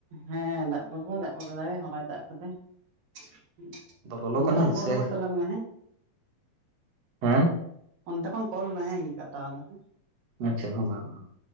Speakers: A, on the right (about 80°); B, on the right (about 60°).
A: ᱦᱮᱸ ᱫᱟᱜ ᱢᱟᱛᱚᱭ ᱫᱟᱜ ᱠᱮᱫᱟᱭ ᱦᱚᱞᱟ ᱫᱟᱜ ᱠᱮᱫᱟᱭ ᱾
B: ᱟᱫᱚ ᱞᱚᱞᱚ
A: ᱚᱱᱛᱮ
B: ᱠᱟᱱᱟ
A: ᱠᱷᱚᱱ ᱠᱚᱞ
B: ᱥᱮ
A: ᱨᱩᱣᱟᱹᱲ ᱛᱟᱞᱟᱝ ᱢᱮ ᱦᱮᱸ ᱾
B: ᱦᱮᱸ
A: ᱚᱱᱛᱮ ᱠᱷᱚᱱ ᱠᱚᱞ ᱢᱮ ᱦᱮᱸ ᱤᱧ ᱠᱟᱴᱟᱣ ᱫᱟ ᱦᱮ ᱾
B: ᱟᱪᱪᱷᱟ ᱦᱚᱸ ᱵᱟᱝ <inaudible>